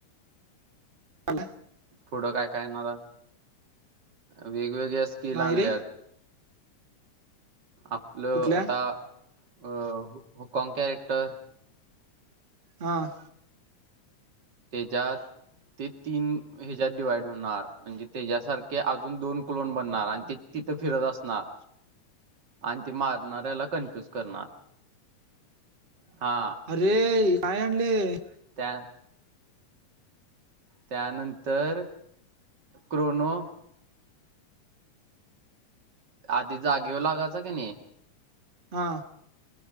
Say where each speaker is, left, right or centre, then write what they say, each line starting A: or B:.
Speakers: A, on the right; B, on the right.
A: <unintelligible>
B: पुढं काय काय येणारा वेगवेगळ्या स्किल
A: नाही
B: आणल्यात.
A: रे
B: आपलं
A: कुठल्या
B: आता अ हो होकाँग कॅरेक्टर
A: हां.
B: तेच्यात ते तीन ह्याज्यात डिवाइड होणार म्हणजे त्याच्यासारखे अजून दोन क्लोन बनणार आणि ते तिथं फिरत असणार. आणि ते मारणार्याला कन्फ्युज करणार हा.
A: अरे काय आणलेय?
B: त्या त्यानंतर क्रोनो आदी जागेये लागायचा क नी.
A: हा.